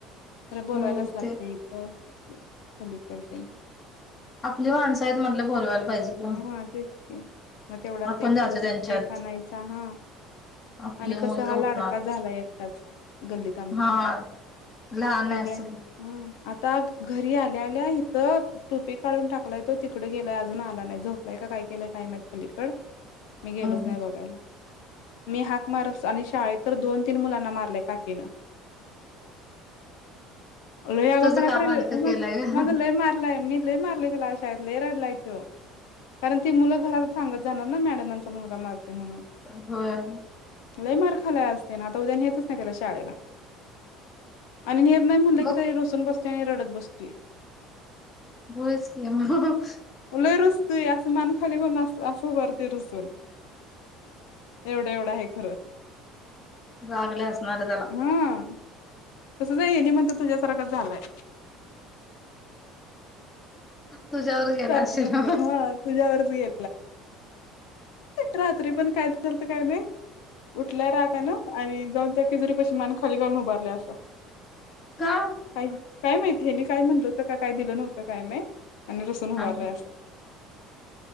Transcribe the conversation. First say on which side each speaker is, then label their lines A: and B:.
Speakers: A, on the left; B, on the left.
A: खरं बोलवायलाच
B: हो
A: लागतय
B: ते
A: इथं कमी पडतय.
B: आपली माणसं आहेत म्हटल बोलवायला पाहिजे ग
A: हा तेच की मग तेवढाच
B: आपण
A: एक
B: जायचो
A: किलोचा
B: त्यांच्यात
A: केक आणाायचा हा
B: आपले
A: आणि कस
B: मुल
A: हा
B: उठणार
A: लाडका झाला एकटाच गल्लीत आमच्या
B: हा लहान
A: सगळ्यां
B: असेल
A: हम्म आत ता घरी आल्या आल्या हित टोपी काढून टाकलाय तो तिकड गेलाय अजून आला नाही ब झोपलाय का काय केलाय काय माहित पलीकड मी गेलोच
B: हम्
A: नाही
B: हम
A: बघायला. मी हाक मारतच आणि शाळेत तर दोन तीन मुलांना मारलंय काठीनं लय आगवपणा
B: तुझं काम
A: कराल
B: हलक
A: ओ
B: केलंय
A: माझ
B: का
A: माझं लय मारलाय मी लय मारलय त्याला आज शाळेत लय रडलाय तो कारण ती मुलं घरात सांगत जाणार ना मॅडमांचा मुलगा मारते म्हणून
B: होय
A: लई मार खाल्लाय आज त्यानं आता उद्या नेतच नाही त्याला शाळेला आणि नेेत नाही म्हणलं
B: मग
A: की तरी रुसून बस्तुय आणि रडत बस्तुय
B: होइचकी मग
A: लय रुस तुय अस मान खाली घालून अस अस उभारतोय रुसून एवढं एवढं आहे खरं
B: रागले असणारार त्याला
A: हा तसंच ये नाही म्हणत तुझ्यासारखंच झालंय
B: तुझ्यावर गेला
A: सारखं
B: असेल
A: माणत
B: हा
A: ह तुझ्यावर य रात्री पण काय चालत काय नाही उठलाय राहा का ना आणि जाऊन त्या किजुरी पशी मान खाली घालून उभारला असं
B: का
A: काय काय माहित हे काय म्हणलं होत का काय दिलं नव्हतं काय माहि आणि रसून उभारलंय
B: हा
A: असं